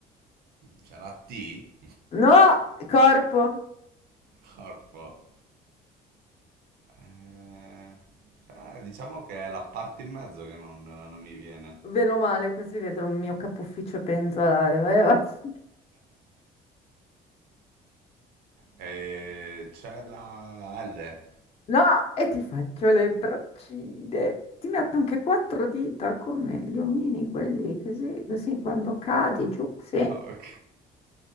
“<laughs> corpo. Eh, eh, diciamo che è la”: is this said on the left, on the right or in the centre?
Right